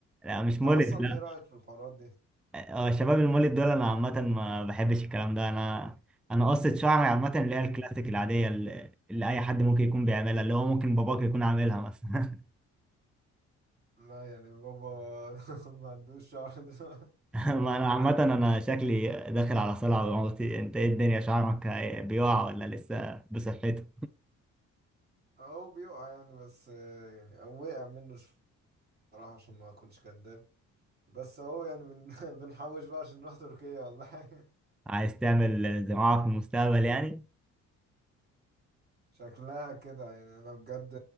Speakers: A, in the centre; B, on the right.
A: لا مش
B: انت
A: مولد
B: اصلا
A: لا
B: ايه رأيك في الحوارات دي
A: اه آه، شباب المولد دول انا عامة ما بحبش الكلام ده انا انا قصة شعري عامة اللي هي الكلاسيك العادية اللي, اللي اي حد ممكن يكون بيعملها اللي هو ممكن باباك يكون عاملها مثلا
B: لا يعني بابا <laughs> ما عندوش شعر ده
A: <laughs> ما انا عامة انا شكلي داخل على صلع بموتي انت ايه الدنيا شعرك بيقع ولا لسه بصحته
B: هو بيقع يعني بس آه، يعني هو وقع منه شوية بصراحة عشان ما اكونش كداب بس اهو يعني بن... <laughs> بنحوش بقى عشان نروح تركيا والله
A: عايز تعمل زراعة في المستقبل يعني
B: شكلها كده يعني انا بجد